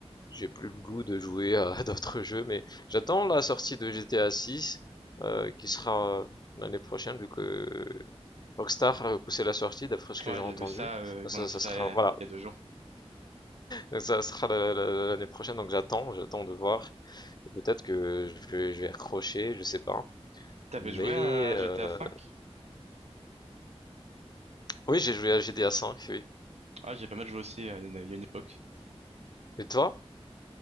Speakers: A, on the left; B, on the right.
A: j'ai plus le goût de jouer à <laughs> d'autres jeux, mais j'attends la sortie de GTA 6, euh, qui sera l'année prochaine, vu que Rockstar a repoussé la sortie, d'après ce que
B: Ouais
A: j'ai entendu.
B: j'ai vu ça, euh,
A: Donc
B: ils
A: ça,
B: ont annoncé
A: ça
B: ça
A: sera,
B: il y a,
A: voilà,
B: il y a deux jours.
A: Donc ça sera l'année prochaine. Donc j'attends, j'attends de voir. Peut-être que je vais, je vais accrocher, je sais pas.
B: T'avais
A: Mais
B: joué à
A: euh,
B: GTA V?
A: oui, j'ai joué à GTA V, oui.
B: Ah j'ai pas mal joué aussi à une- il y a une époque.
A: Et toi?